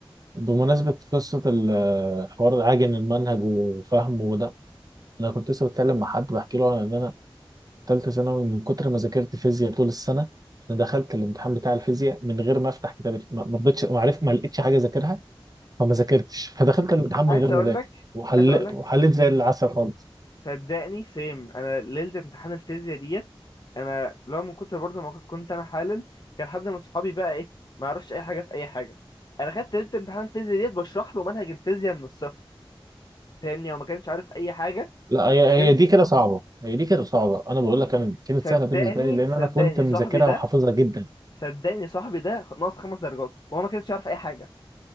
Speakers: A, on the right; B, on the left.
A: بمناسبة قصة الحوار عاجن المنهج وفهمه انا كنت لسه بتكلم مع حد بحكي له عن ان انا ثالثه ثانوي من كتر ما ذاكرت فيزياء طول السنه انا دخلت الامتحان بتاع الفيزياء من غير ما افتح كتاب ما ما رضيتش ما عرفت ما لقيتش حاجه اذاكرها فما ذاكرتش فدخلت الامتحان من
B: عايز
A: غير ما
B: اقول
A: اذاكر
B: لك
A: وحل...
B: عايز اقول لك
A: وحليت زي العسل خالص
B: صدقني سيم انا ليله امتحان الفيزياء ديت انا لو من كتر برضه ما كنت انا حالل كان حد من صحابي بقى ايه ما يعرفش اي حاجه في اي حاجه انا خدت ليله امتحان الفيزياء ديت بشرح له منهج الفيزياء من الصفر فاهمني هو ما كانش عارف اي حاجه
A: لا هي
B: ما كانش
A: هي دي كده صعبه هي دي كده صعبه انا بقول لك انا كانت
B: صدقني
A: سهله بالنسبه لي لان
B: صدقني
A: انا كنت مذاكرها
B: صاحبي ده
A: وحافظها جدا
B: صدقني صاحبي ده ناقص خمس درجات وهو ما كانش عارف اي حاجه